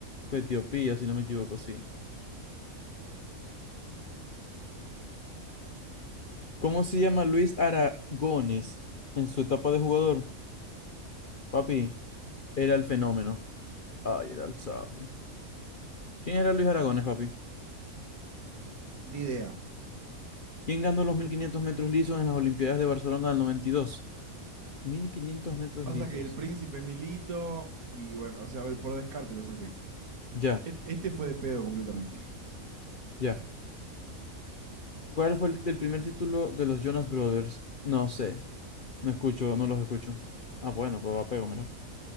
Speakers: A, on the left; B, on the right.
A: Etiopía, si no me equivoco, sí. ¿Cómo se llama Luis Aragones en su etapa de jugador? Papi, era el fenómeno. Ay, era el sabio. ¿Quién era Luis Aragones, papi?
B: Ni idea.
A: ¿Quién ganó los 1500 metros lisos en las Olimpiadas de Barcelona del noventa y dos? Mil quinientos metros
B: Pasa
A: lisos.
B: que el príncipe es Milito. Y bueno, o sea, a ver, por descarte lo saqué.
A: Ya,
B: E- Este fue de pedo completamente.
A: ya. ¿Cuál fue el, el primer título de los Jonas Brothers? No sé. No escucho, no los escucho. Ah, bueno, pero la pego, mira.